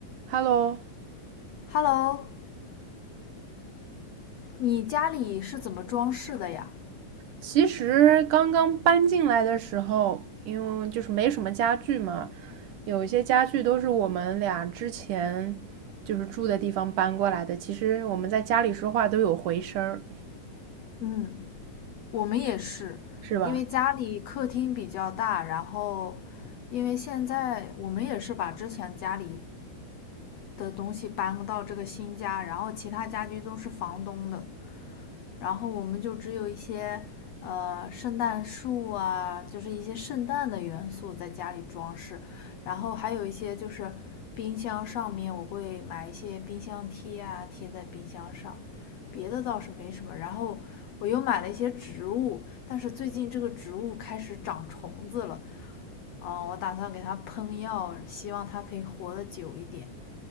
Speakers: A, on the right; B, on the left.
A: Hello，
B: Hello，你家里是怎么装饰的呀？
A: 其实刚刚搬进来的时候，因为就是没什么家具嘛，有一些家具都是我们俩之前就是住的地方搬过来的。其实我们在家里说话都有回声儿，
B: 嗯，我们也是，
A: 是吧？
B: 因为家里客厅比较大，然后因为现在我们也是把之前家里的东西搬到这个新家，然后其他家具都是房东的，然后我们就只有一些呃圣诞树啊，就是一些圣诞的元素在家里装饰，然后还有一些就是冰箱上面我会买一些冰箱贴啊，贴在冰箱上，别的倒是没什么。然后我又买了一些植物，但是最近这个植物开始长虫子了，嗯，我打算给它喷药，希望它可以活得久一点。